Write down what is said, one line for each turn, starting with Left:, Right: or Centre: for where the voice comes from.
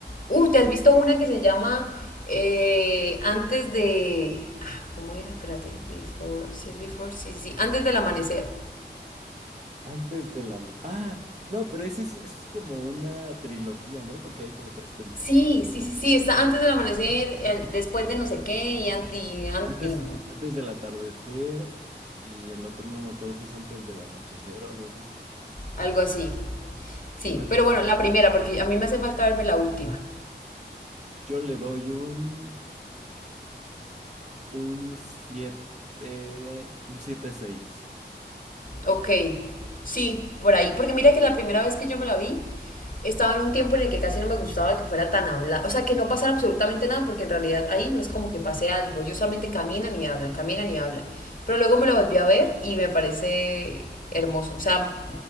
Left: Uh, ¿te has visto una que se llama eh, Antes de... Ah, ¿cómo era? Espérate, Before, ¿sí es Before? Sí, sí, sí, Antes del amanecer.
Right: Antes de la... ma- Ah, no, pero esa es, esa es como una trilogía, ¿no? Porque hay como tres películas.
Left: Sí, sí, sí, sí, está antes del amanecer, el- después de no sé qué y, an- y an-
Right: Antes,
Left: y-
Right: antes del atardecer y el otro no me acuerdo si es antes del anochecer o algo así.
Left: algo así. Sí,
Right: Me gusta.
Left: pero bueno, la primera, porque a mí me hace falta verme la última.
Right: Yo le doy un un siete un siete seis
Left: Ok, sí, por ahí. Porque mira que la primera vez que yo me la vi, estaba en un tiempo en el que casi no me gustaba que fuera tan hablada. O sea, que no pasara absolutamente nada, porque en realidad ahí no es como que pase algo. Ellos solamente caminan y hablan, caminan y hablan. Pero luego me la volví a ver y me parece hermoso. O sea,